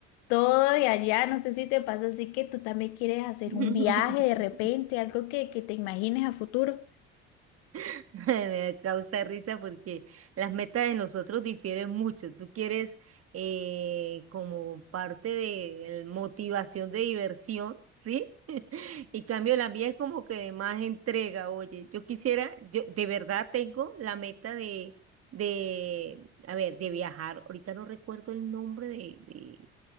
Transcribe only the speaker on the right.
<laughs>
<laughs> Me causa risa porque las metas de nosotros difieren mucho. Tú quieres eh, como parte de el- motivación de diversión, ¿sí? <laughs> Y cambio la mía es como que de más entrega. Oye, yo quisiera, yo de verdad tengo la meta de, de, a ver, de viajar. Ahorita no recuerdo el nombre de, de,